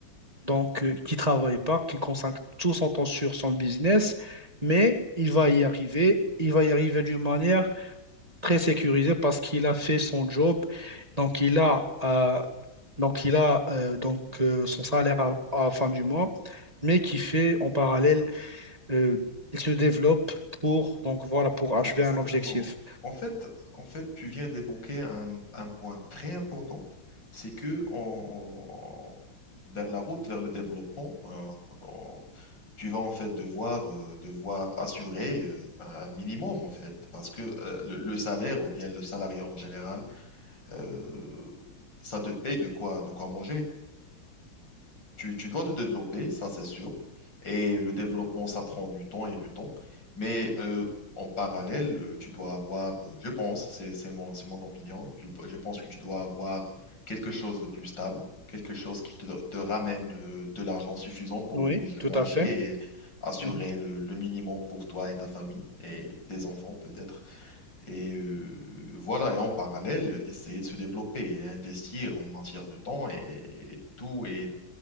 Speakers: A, on the right; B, on the left.
A: donc euh, qui travaille pas, qui consacre tout son temps sur son business, mais il va y arriver, il va y arriver d'une manière très sécurisée parce qu'il a fait son job, donc il a, euh, donc il a euh, donc euh, son salaire à, à la fin du mois, mais qui fait en parallèle euh, il se développe pour, donc voilà, pour achever
B: Exactement.
A: un objectif.
B: En fait, en fait, tu viens d'évoquer un, un point très important, c'est que on- on- vers la route, vers le développement, euh, on- tu vas en fait devoir, euh, devoir assurer euh, un minimum en fait, parce que euh, le, le salaire ou bien le salariat en général, euh, ça te paye de quoi, de quoi manger. Tu, tu dois te développer, ça c'est sûr. Et le développement, ça prend du temps et du temps. Mais euh, en parallèle, euh, tu dois avoir, euh, je pense, c'est c'est mon, c'est mon opinion, tu- je pense que tu dois avoir quelque chose de plus stable, quelque chose qui te, te ramène euh, de l'argent suffisant pour
A: Oui,
B: mou-
A: Tout
B: manger
A: à fait.
B: et assurer
A: Mhm.
B: le, le minimum pour toi et ta famille et tes enfants peut-être. Et euh, voilà, et en parallèle, essayer de se développer et investir en matière de temps et, et tout. Et